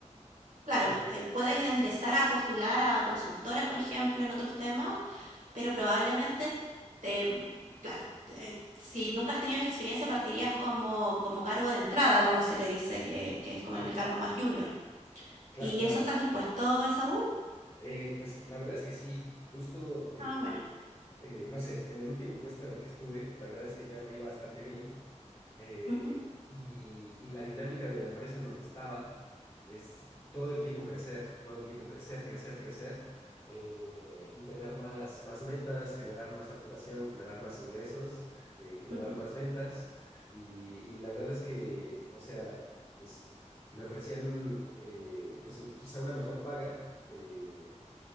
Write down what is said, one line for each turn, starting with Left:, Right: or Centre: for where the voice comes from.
Right: Claro,
Left: sí,
Right: eh, puedes ingresar a postular a consultoras, por ejemplo, en otros temas, pero probablemente te, claro, te- si nunca has tenido esa experiencia, partirías como, como cargo de entrada, como se le dice, que, que es como
Left: sí,
Right: el cargo más junior.
Left: claro,
Right: ¿Y
Left: claro.
Right: eso estás dispuesto, Esaú?
Left: Eh, pues la verdad es que sí, justo, eh,
Right: Ah, bueno.
Left: eh, no sé, en el último puesto en el que estuve, la verdad es que ya me iba bastante bien. eh,
Right: Ujú,
Left: y, y la dinámica de la empresa en donde estaba es todo el tiempo crecer, todo el tiempo crecer, crecer, crecer, eh, y tener más, más metas, generar más facturación, generar más ingresos, eh, generar
Right: ujú,
Left: más ventas. Y, y la verdad es que, o sea, pues me ofrecían eh, pues quizá una mejor paga. eh,